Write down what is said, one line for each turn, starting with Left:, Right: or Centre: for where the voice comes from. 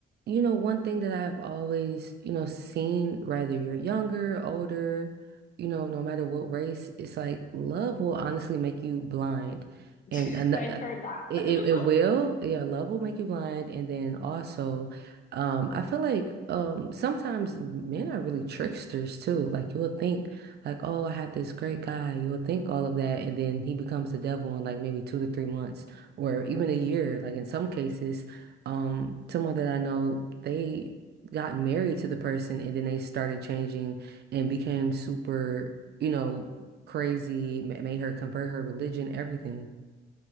Right: you know, one thing that I've always, you know, seen, whether you're younger, older, you know, no matter what race, it's like love will honestly make you blind.
Left: <laughs>
Right: And an
Left: I've
Right: uh,
Left: heard that.
Right: it,
Left: <laughs>
Right: it it will, yeah, love will make you blind. And then also, um, I feel like um sometimes men are really tricksters too. Like you'll think like, oh, I have this great guy. You'll think all of that, and then he becomes the devil in like maybe two to three months or even a year. Like in some cases, um, someone that I know, they got married to the person and then they started changing and became super, you know, crazy, ma- made her convert her religion, everything.